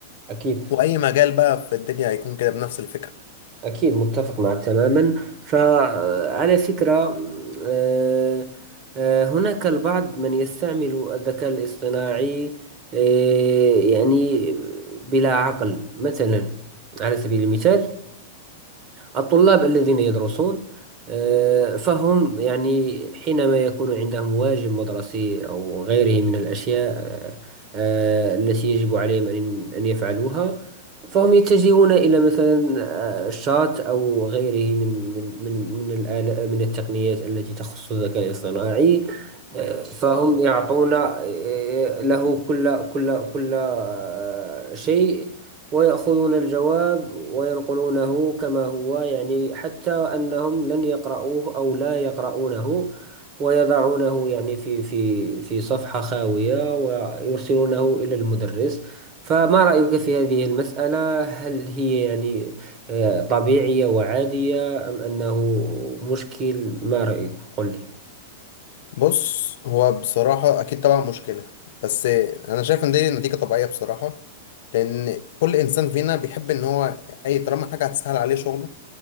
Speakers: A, on the right; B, on the left.
A: أكيد
B: واي مجال بقى في الدنيا هيكون كده بنفس الفكره
A: أكيد متفق معك تماما فعلى فكرة آه، آه، هناك البعض من يستعمل الذكاء الاصطناعي آه، يعني بلا عقل مثلا على سبيل المثال الطلاب الذين يدرسون آه، فهم يعني حينما يكون عندهم واجب مدرسي أو غيره من الأشياء آه، آه، التي يجب عليهم أن أن يفعلوها فهم يتجهون إلى مثلا آه، الشات أو غيره من من من من الآلة من التقنيات التي تخص الذكاء الاصطناعي آه، فهم يعطون آه، له كل كل كل آه، شيء ويأخذون الجواب وينقلونه كما هو يعني حتى أنهم لن يقرأوه أو لا يقرؤونه ويضعونه يعني في في في صفحة خاوية ويرسلونه إلى المدرس فما رأيك في هذه المسألة؟ هل هي يعني آه، طبيعية وعادية أم أنه مشكل؟ ما رأيك؟ قل لي
B: بص هو بصراحة أكيد طبعا مشكلة بس أنا شايف إن دي نتيجة طبيعية بصراحة لأن كل إنسان فينا بيحب إن هو أي طالما حاجة هتسهل عليه شغله